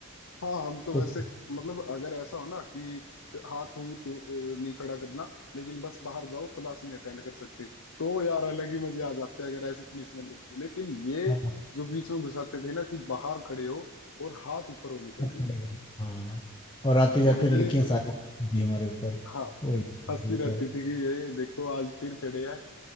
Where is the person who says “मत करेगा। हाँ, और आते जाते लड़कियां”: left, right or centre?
Left